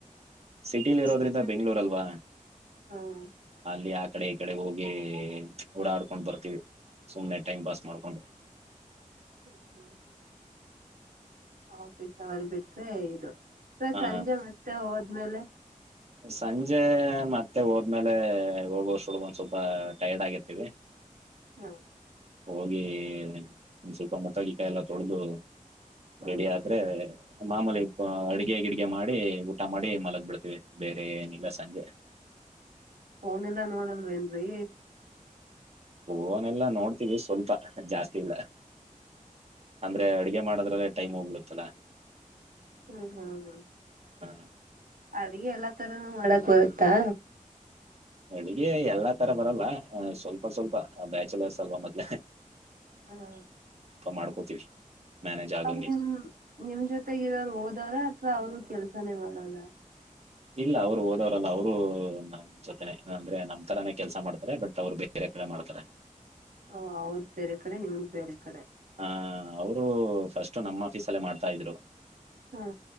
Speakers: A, on the right; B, on the right.
A: ಸಿಟಿಲಿ ಇರೋದ್ರಿಂದ
B: ಹ್ಮ್
A: ಬೆಂಗಳೂರು ಅಲ್ವಾ
B: ಹ್ಮ್
A: ಅಲ್ಲಿ ಆ ಕಡೆ ಈ ಕಡೆ ಹೋಗಿ ಓಡಾಡ್ಕೊಂಡು ಬರ್ತೀವಿ ಸುಮ್ನೆ ಟೈಮ್ ಪಾಸ್ ಮಾಡ್ಕೊಂಡು
B: ಹ್ಮ್ ಹ್ಮ್ ಹ್ಮ್ ಆಫೀಸ್ ಅವರ್ ಬಿಟ್ರೆ ಇದು. ಅತ್ವ
A: ಹ
B: ಸಂಜೆ ಮತ್ತೆ ಹೋದ್ ಮೇಲೆ.
A: ಸಂಜೆ ಮತ್ತೆ ಹೋದ್ಮೇಲ್ ಲೆ ಹೋಗೋಷ್ಟ್ ಳೊಗ್ ಒಂದ್ ಸ್ವಲ್ಪ. ಟೈರ್ಡ್ ಆಗಿರ್ತೀವಿ.
B: ಹ
A: ಹೋಗಿ ಒಂದ್ ಸ್ವಲ್ಪ ಮುಖ ಗಿಕ್ಕಾ ಎಲ್ಲ ತೊಳ್ದು.
B: ಹ್ಮ್
A: ರೆಡಿ ಆದ್ರೆ. ಮಾಮೂಲಿ ಅಡ್ಗೆ ಗಿಡ್ಗೆ ಮಾಡಿ ಊಟ ಮಾಡಿ ಮಲಗ್ ಬಿಡ್ತೀವಿ ಬೇರೆ ಏನಿಲ್ಲ ಸಂಜೆ.
B: ಫೋನ್ ಎಲ್ಲಾ ನೋಡಲ್ವೆನ್ರೀ.
A: ಫೋನ್ ಎಲ್ಲಾ ನೋಡ್ ತಿವಿ ಸ್ವಲ್ಪ ಜಾಸ್ತಿ ಇಲ್ಲ ಅಂದ್ರೆ ಅಡ್ಗೆ ಮಾಡೊದ್ರಲ್ಲಿ. ಟೈಮ್ ಹೋಗ್ ಬಿಡುತ್ತಲ್ಲ.
B: ಹ ಹ ಹಾ.
A: ಹಾ
B: ಅಡ್ಗೆ ಎಲ್ಲಾ ತರಾನೂ ಮಾಡಕ್ ಬರುತ್ತಾ.
A: ಅಡ್ಗೆ ಎಲ್ಲಾ ತರ ಬರಲ್ಲ ಹ ಸ್ವಲ್ಪ ಸ್ವಲ್ಪ ಬ್ಯಾಚುಲರ್ಸ್ ಅಲ್ವಾ ಮೊದ್ಲೇ.
B: ಹ್ಮ
A: ಮಾಡ್ಕೋತೀವಿ ಮ್ಯಾನೇಜ್ ಆಗಂಗೆ
B: ಅವ್ ನಿಮ್ ನಿಮ್ ಜೊತೆ ಇರೋರ್ ಓದವ್ರ ವ ಅವ್ರು ಕೆಲ್ಸಾನೇ ಮಾಡೋದ.
A: ಇಲ್ಲ ಅವ್ರು ಓದವ್ರಲ್ಲ ಅವ್ರು ನಮ್ ಜೊತೆನೆ ಅಂದ್ರೆ ನಮ್ ತರಾನೇ ಕೆಲ್ಸ ಮಾಡ್ತಾರೆ ಬಟ್ ಅವ್ರು ಬೇರೆ ಕಡೆ ಮಾಡ್ತಾರೆ.
B: ಹೊ ಅವ್ದ ಬೇರೆ ಕಡೆ ನಿಮ್ದ ಬೇರೆ ಕಡೆ.
A: ಹ ಅವ್ರು. ಫಸ್ಟಟು ನಮ್ ಆಫೀಸಲ್ಲೇ ಮಾಡ್ತ ಇದ್ರು.
B: ಹ್ಮ